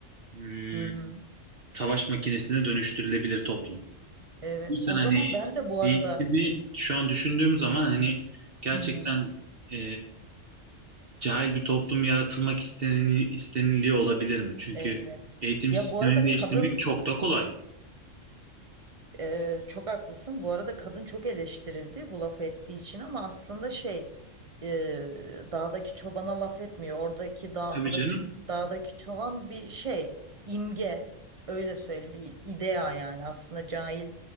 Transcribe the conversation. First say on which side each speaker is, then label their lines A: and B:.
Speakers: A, on the right; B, on the right.
A: hmm,
B: Hı hı.
A: savaş makinesine dönüştürülebilir toplum.
B: Evet.
A: O yüzden
B: O
A: hani
B: zaman ben de bu
A: eğitimi
B: arada
A: şu an düşündüğüm zaman hani gerçekten
B: hı hı.
A: e, cahil bir toplum yaratılmak isteni- isteniliyor olabilir mi? Çünkü
B: Evet.
A: eğitim
B: Ya
A: sistemini
B: bu arada
A: değiştirmek
B: kadın
A: çok da kolay.
B: Ee, çok haklısın. Bu arada kadın çok eleştirildi bu laf ettiği için ama aslında şey e, dağdaki çobana laf etmiyor. Oradaki dağda
A: Tabii canım.
B: ç- dağdaki çoban bir şey imge öyle söyleyeyim bir idea yani aslında cahil